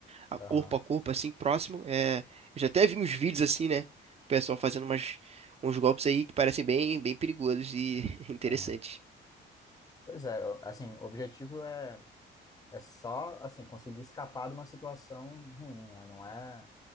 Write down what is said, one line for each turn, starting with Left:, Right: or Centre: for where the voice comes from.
Right: a corpo
Left: Aham,
Right: a corpo, assim, próximo. É, eu já até vi uns vídeos assim, né? O pessoal fazendo umas, uns golpes aí que parecem bem, bem perigosos e <laughs> interessantes.
Left: aham. Pois é, eu- assim, o objetivo é, é só, assim, conseguir escapar de uma situação ruim, né? Não é,